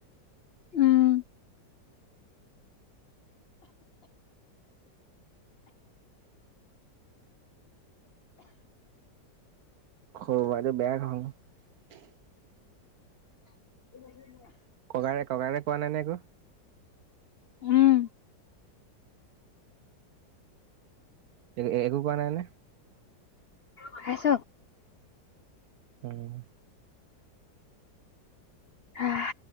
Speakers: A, on the left; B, on the right.
A: উম
B: সৰ বাইদে বেয়া হ'ল <unintelligible>
A: <inaudible> <inaudible>
B: কবাৰে কবাৰে কোৱা নাই নে একো
A: উম
B: এ একো কোৱা নাই নে?
A: খাইছ
B: উম
A: হা